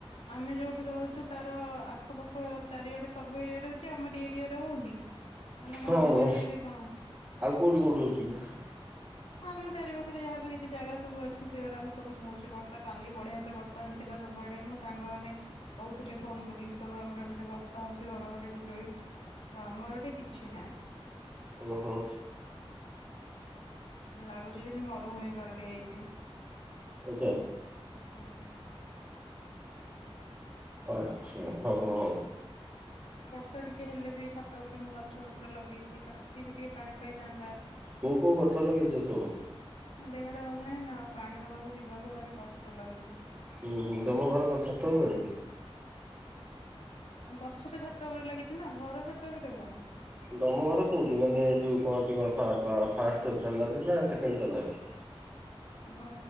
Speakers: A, on the left; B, on the right.
A: ଆମେ ଯୋଉଠି ରହୁଛୁ ତାର ଆଖପାଖ ଚାରିଆଡେ ସବୁ ଏରିଆ ରହୁଛି ଆମରି ଏରିଆରେ ହଉନି ମାନେ
B: ହଁ
A: କଣ ଆମ ଏରିଆରେ କଣ?
B: ଆଉ କୋଉଠି କୋଉଠି ହଉଛି।
A: ହଁ ଆମ ଚାରି ପାଖରେ ଯାହା ବି କିଛି ଜାଗା ସବୁ ଅଛି। ଛି ସେଗୁରାକ ସବୁ ହଉଛି ବର୍ଷା କାଲି ବଢିଆ ସେ ବର୍ଷା ହେଇଥିଲା ସବୁଆଡେ ମୋ ସାଙ୍ଗମାନେ କହୁଥିଲେ ଫୋ ଫୋନ୍ କରିକୁ ସବୁ ଆମର ଏମିତି ବର୍ଷା ହଉଛି ଘଡଘଡି ବିଜୁଳି ଆମର ଏଥି କିଛି ନାହିଁ।
B: ଓହୋ।
A: ଲାଗୁଛି ଯେମିତି ମରୁଭୂମି ପାଲ୍ ହେଇ ଯାଇଛି
B: ଆଚ୍ଛା
A: ହୁଁ।
B: ଆଛା ହଉ ହଉ।
A: ବର୍ଷା ଟିକେ ହେଲେ ବି ଛାତ ଉପରେ ମୁଁ ଗଛ ପତ୍ର ଲଗେଇଛି ତାକୁ ସିଏ ବି ଟିକେ ପାଣି ପାଇଯାଆନ୍ତା।
B: କୋଉ କୋଉ ଗଛ ଲଗେଇଛ ସବୁ
A: ଦେହଟା ଭଲ ନାହିଁ ନା ଆଉ ପାଣି ଦବାକୁ ଯିବାକୁ ଭାରି କଷ୍ଟ ଲାଗୁଛି।
B: ହୁଁ, ହୁଁ, ତମ ଘର କଣ ଛାତ ଉପରେ?
A: ଗଛ ତ ଛାତ ଉପରେ ଲାଗିଛି ନା, ଘର ଛାତ ଉପରେ କଣ?
B: ତମ ଘର କୋଉଠି ମାନେ, ଯୋଉ କହନ୍ତି କଣ? ଫାଷ୍ଟ ତଲାରେ ନା ସେକେଣ୍ଡ ତାଲାରେ <inaudible>
A: ହଁ